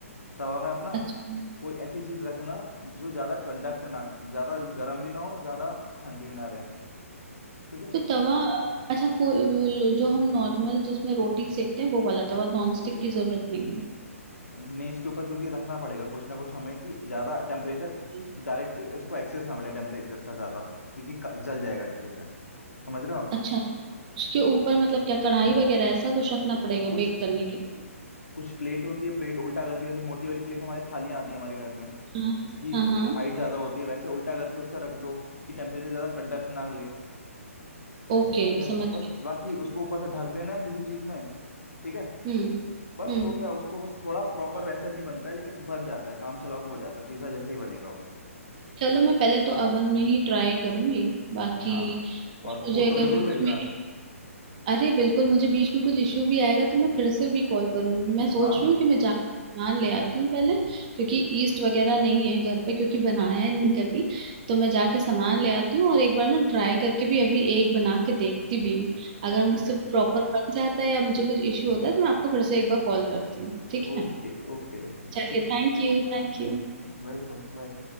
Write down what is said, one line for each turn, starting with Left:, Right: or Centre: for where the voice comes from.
Left: तवा में अपना
Right: अच्छा
Left: कोई ऐसी चीज रखना जो ज्यादा कंडक्ट ना ज्यादा गर्म भी ना हो ज्यादा ठंडी भी ना रहे ठीक है
Right: तो तवा अच्छा को वो लो- जो हम नॉर्मल जिसमें रोटी सेकते हैं वो वाला तवा नॉन स्टिक की जरूरत नहीं
Left: नहीं इसके ऊपर क्योंकि रखना पड़ेगा कुछ ना कुछ हमें कि ज्यादा टेम्परेचर
Right: है
Left: डायरेक्ट इसको एक्सेस ना मिले टेम्परेचर का ज्यादा क्योंकि क- जल जाएगा नीचे से समझ रहे हो आप
Right: अच्छा उसके ऊपर मतलब क्या कढ़ाई वगैरह ऐसा कुछ रखना पड़ेगा
Left: कुछ
Right: बेक करने के लिए
Left: कुछ प्लेट होती है प्लेट उल्टा करके जैसे मोटी वाली प्लेट हमारे थालियां आती है हमारे घर में
Right: हाँ
Left: जिसकी
Right: हाँ हाँ
Left: हाइट ज्यादा होती है वैसे उल्टा करके उससे रख दो कि टेम्परेचर ज्यादा कड़क ना ले वैसे
Right: ओके
Left: भी हो जाएगा
Right: समझ
Left: बस
Right: गए
Left: बाकी उसको ऊपर से ढक देना है किसी चीज में ठीक है
Right: हम्म
Left: बस
Right: हम्म
Left: हो गया उसको बस थोड़ा प्रॉपर वैसा नहीं बनता है लेकिन बन जाता है काम चलाओ हो जाता है पिज्जा जैसे ही बनेगा वो
Right: चलो मैं पहले तो अवन में ही ट्राई करूंगी बाकी
Left: हाँ
Right: कुछ
Left: और
Right: मुझे
Left: फोटो
Right: अगर
Left: जरूर
Right: बीच
Left: भेजना
Right: में अरे बिल्कुल मुझे बीच में कुछ इश्यू भी आएगा तो मैं फिर से भी कॉल करूंगी मैं सोच
Left: हाँ
Right: रही
Left: हाँ
Right: हूँ कि मैं जा नान ले आती हूँ पहले क्योंकि ईस्ट वगैरह नहीं है घर पे क्योंकि बनाया है नहीं कभी तो मैं जाके सामान ले आती हूँ और एक बार ना ट्राई करके भी अभी एक बना के देखती भी हूँ अगर
Left: ठीक
Right: मुझसे
Left: है
Right: प्रॉपर बन जाता है या मुझे कुछ इश्यू होता है तो मैं आपको फिर से एक बार कॉल करती हूँ ठीक
Left: ओके
Right: है
Left: ओके ओके
Right: चलिए
Left: ठीक है
Right: थैंक यू
Left: हाँ,
Right: थैंक यू
Left: वेलकम बाय